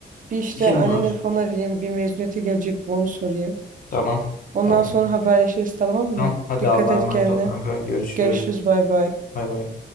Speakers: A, on the right; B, on the left.
A: Bir işte
B: İşin
A: annemleri
B: mi var?
A: falan arayayım. Bir mezuniyete gelecek mi onu sorayım.
B: Tamam.
A: Ondan
B: Tamam.
A: sonra haberleşiriz tamam mı?
B: Tamam. Hadi
A: Dikkat
B: Allah'a
A: et
B: emanet
A: kendine.
B: ol kanka. Görüşürüz.
A: Görüşürüz bay bay.
B: Bay bay.